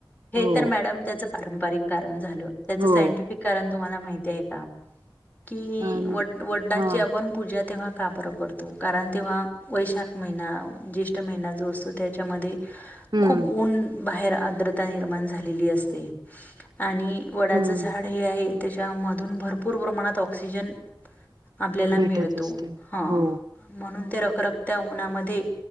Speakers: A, on the left; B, on the right.
A: हे
B: हो,
A: तर मॅडम त्याच पारंपरिक कारण झालं. त्याच
B: हो.
A: सायंटिफिक कारण तुम्हाला माहिती आहे का? की
B: अं
A: वट- वटाची
B: हा.
A: आपण पूजा तेव्हा का बरं करतो, कारण तेव्हा वैशाख महिना ज्येष्ठ महिना जो असतो त्याच्यामध्ये
B: हम्म,
A: खूप ऊन बाहेर आर्द्रता निर्माण झालेली असते. आणि वडाचं
B: हम्म.
A: झाड हे आहे त्याच्यामधून भरपूर प्रमाणात ऑक्सिजन आपल्याला
B: भेटच
A: मिळतो.
B: असते.
A: ह
B: हो.
A: म्हणून त्या र रखरखत्या उन्हामधे